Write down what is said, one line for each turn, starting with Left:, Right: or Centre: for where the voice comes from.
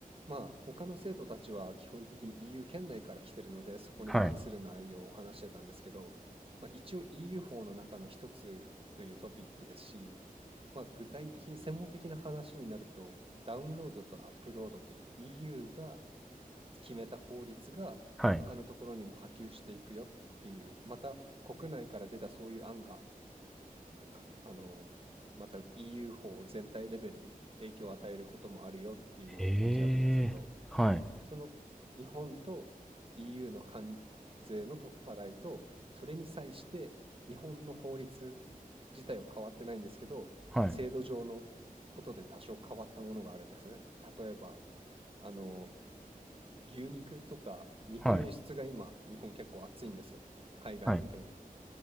Right: まあ、他の生徒たちは基本的に EU 圏内から来てるので、そこに関する内容を話してたんですけど、
Centre: はい。
Right: まあ、一応 EU 法の中の一つというトピックですし、まあ、具体的に専門的な話になると、ダウンロードとアップロードといって EU が決めた法律が他のところにも波及していくよっていう、
Centre: はい。
Right: また国内から出たそういう案がかあの、また EU 法全体レベルに影響を与えることもあるよっていうような感じだったんですけど、
Centre: ええはい。
Right: その日本と EU の関税の取っ払いと、それに際して日本の法律自体は変わってないんですけど、
Centre: はい。
Right: 制度上のことで多少変わったものがあるんですね。例えば、あの、牛肉とか肉の輸出が今、
Centre: はい。
Right: 日本結構熱いんですよ。海外向けに。
Centre: はい。